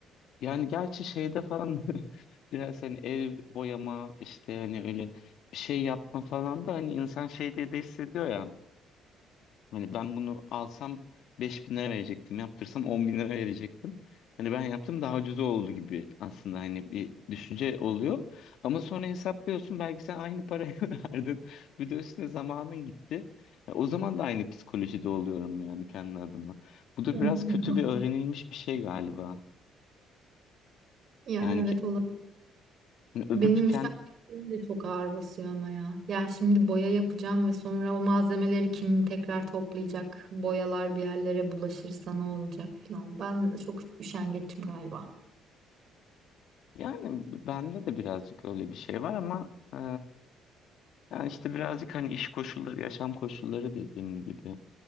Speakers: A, on the left (about 65°); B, on the right (about 55°).
A: Yani gerçi şeyde falan <laughs> biraz hani ev boyama işte hani öyle bir şey yapma falan da hani insan şey diye de hissediyor ya. Hani ben bunu alsam 5000 lira verecektim. Yaptırsam 10 bin lira verecektim. Hani ben yaptım daha ucuz oldu gibi aslında hani bir düşünce oluyor. Ama sonra hesaplıyorsun belki sen aynı parayı <laughs> verdin. Bir de üstüne zamanın gitti. Ya O zaman da aynı psikolojide oluyorum yani kendi adıma. Bu da
B: <laughs>
A: biraz kötü bir öğrenilmiş bir şey galiba.
B: Ya
A: Yani
B: evet
A: ki,
B: olur.
A: hani öbür
B: Benim
A: tüken
B: müşavirlerim de çok ağır basıyor ama ya. Ya şimdi boya yapacağım ve sonra o malzemeleri kim tekrar toplayacak? Boyalar bir yerlere bulaşırsa ne olacak falan. Ben çok üşengeçim galiba.
A: yani bende de birazcık öyle bir şey var ama e, yani işte birazcık hani iş koşulları, yaşam koşulları dediğim gibi.